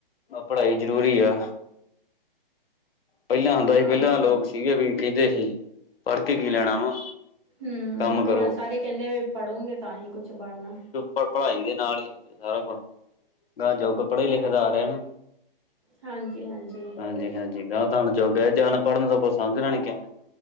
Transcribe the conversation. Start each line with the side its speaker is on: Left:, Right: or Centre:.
Left: ਪੜ੍ਹਾਈ ਜ਼ਰੂਰੀ ਆ, ਪਹਿਲਾਂ ਹੁੰਦਾ ਸੀ
Right: ਹਾਂਜੀ
Left: ਪਹਿਲਾਂ ਲੋਕ ਵੀ ਕਹਿੰਦੇ ਸੀ, ਪੜ੍ਹਕੇ ਕੀ ਲੈਣਾ ਵਾ
Right: ਹੂੰ
Left: ਕੰਮ
Right: ਹੁਣ
Left: ਕਰੋ,
Right: ਸਾਰੇ ਕਹਿੰਦੇ ਆ ਵੀ ਪੜੋਗੇ ਤਾਂ ਹੀ ਕੁਛ ਬਣਨਾ
Left: ਪਰ ਪੜ੍ਹਾਈ ਦੇ ਨਾਲ ਹੀ, ਸਾਰਾ ਕੁ ਯੁਗ ਪੜ੍ਹੇ ਲਿਖੇ ਦਾ ਆ ਰਿਹਾ ਨਾ
Right: ਹਾਂਜੀ-ਹਾਂਜੀ
Left: ਹਾਂਜੀ-ਹਾਂਜੀ ਗਾ ਤਾਂ ਹੁਣ ਜੁਗ ਅਨਪੜ੍ਹਾ ਨੂੰ ਕੁਝ ਸਮਝਣਾ ਨੀ ਕਿਸੇ ਨੇ